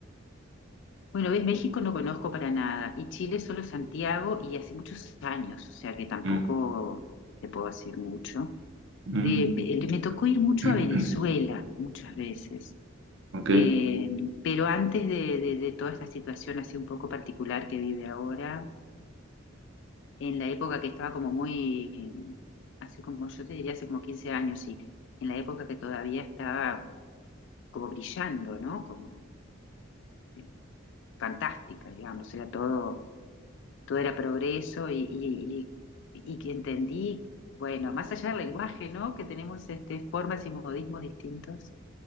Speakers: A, on the left; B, on the right.
A: Bueno, ves, México no conozco para nada y Chile solo Santiago y hace muchos años, o sea que tampoco
B: Mm,
A: te puedo decir mucho.
B: mm,
A: Eh, eh, me tocó ir mucho
B: <clears throat>
A: a Venezuela muchas veces.
B: Ok,
A: Eh, pero antes de, de- de toda esta situación así un poco particular que vive ahora, en la época que estaba como muy, hace como, yo te diría hace como 15 años, y en la época que todavía estaba como brillando, ¿no? Como eh, fantástica, digamos, era todo, todo era progreso y, y, y- y que entendí, bueno, más allá del lenguaje, ¿no? Que tenemos este, formas y modismos distintos,